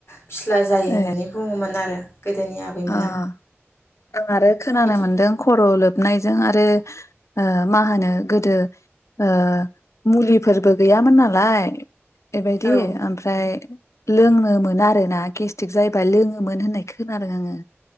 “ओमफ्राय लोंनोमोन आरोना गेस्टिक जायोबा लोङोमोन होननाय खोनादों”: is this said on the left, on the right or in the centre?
Left